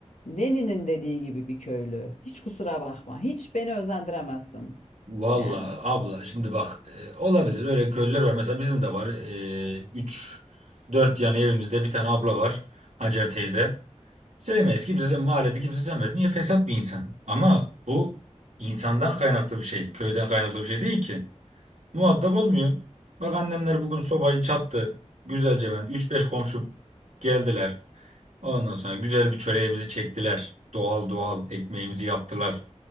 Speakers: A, on the left; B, on the right.
A: Lenin'in dediği gibi bir köylü. Hiç kusura bakma. Hiç beni özendiremezsin.
B: Vallahi
A: Yani.
B: abla şimdi bak e, olabilir öyle köylüler var mesela bizim de var e, 3 4 yan evimizde bir tane abla var Hacer teyze Sevmez. Kimse sevmez. Mahallede kimse sevmez. Niye? Fesat bir insan. Ama bu insandan kaynaklı bir şey. Köyden kaynaklı bir şey değil ki. Muhatap olmuyor. Bak annemler bugün sobayı çattı. Güzelce ben. 3-5 komşu geldiler. Ondan sonra güzel bir çöreğimizi çektiler. Doğal doğal ekmeğimizi yaptılar.